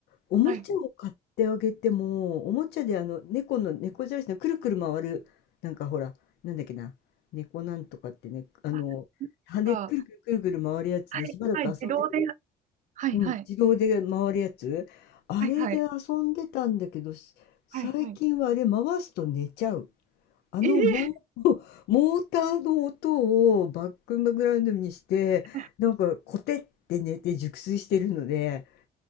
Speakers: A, on the left; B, on the right.
A: おもちゃを買ってあげても、
B: はい、
A: おもちゃであの猫の猫じゃらしのくるくる回る、なんかほら、なんだっけな、猫なんとかってね、あの、
B: あ、
A: 羽くるくるくるくる回るやつでしばらく遊んでくれ、
B: か、はい、はい、自動で、はい、
A: うん、
B: はい、
A: 自動で回るやつ、あれで遊んでたんだけど、
B: はい、はい。
A: し最近はあれ回すと寝ちゃう。
B: はい、はい。
A: あのモー、
B: ええ
A: <laughs> モーターの音をバックグラウンドにして、
B: ー、<laughs>
A: なんかコテって寝て熟睡してるので、